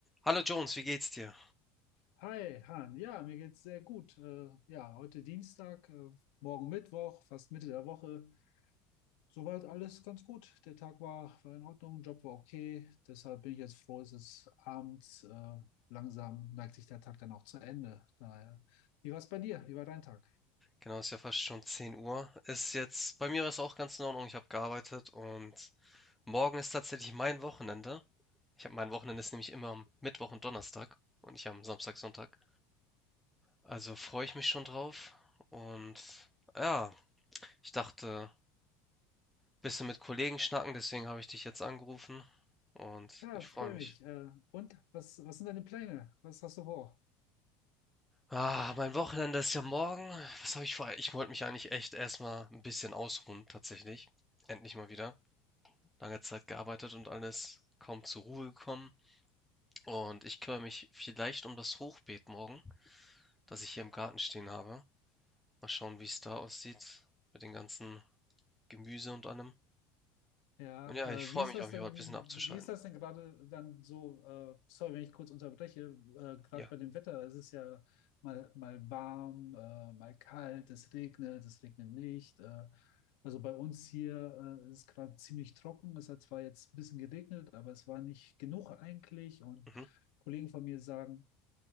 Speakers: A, in the centre; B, on the left.
A: Hallo Jones, wie geht's dir?
B: Hi, Han. Ja, mir geht's sehr gut. Äh, ja, heute Dienstag, äh, morgen Mittwoch, fast Mitte der Woche. Soweit alles ganz gut. Der Tag war, war in Ordnung, Job war okay. Deshalb bin ich jetzt froh, es ist abends. Äh, langsam neigt sich der Tag dann auch zu Ende. Daher, wie war's bei dir? Wie war dein Tag?
A: Genau, ist ja fast schon 10 Uhr. Ist jetzt, bei mir war es auch ganz in Ordnung. Ich habe gearbeitet und morgen ist tatsächlich mein Wochenende. Ich habe mein Wochenende ist nämlich immer am Mittwoch und Donnerstag und ich am Samstag, Sonntag. Also freue ich mich schon drauf. Und ja, ich dachte, bisschen mit Kollegen schnacken, deswegen habe ich dich jetzt angerufen und
B: Ja,
A: ich
B: freue
A: freue mich.
B: mich. Äh, und was, was sind deine Pläne? Was hast du vor?
A: Ah, mein Wochenende ist ja morgen. Was habe ich vor? Ich wollte mich eigentlich echt erstmal ein bisschen ausruhen, tatsächlich. Endlich mal wieder. lange Zeit gearbeitet und alles, kaum zur Ruhe gekommen. Und ich kümmere mich vielleicht um das Hochbeet morgen, das ich hier im Garten stehen habe. Mal schauen, wie es da aussieht mit den ganzen Gemüse und allem.
B: Ja,
A: Und ja, ich freue
B: äh, wie ist
A: mich
B: das
A: auf jeden
B: denn,
A: Fall, ein bisschen abzuschalten.
B: wie ist das denn gerade dann so, äh, sorry, wenn ich kurz unterbreche, äh, gerade
A: Ja,
B: bei dem Wetter, es ist ja mal, mal warm, äh, mal kalt, es regnet, es regnet nicht. Äh, also bei uns hier, äh, ist es gerade ziemlich trocken. Es hat zwar jetzt ein bisschen geregnet, aber es war nicht genug eigentlich. Und
A: mhm.
B: Kollegen von mir sagen,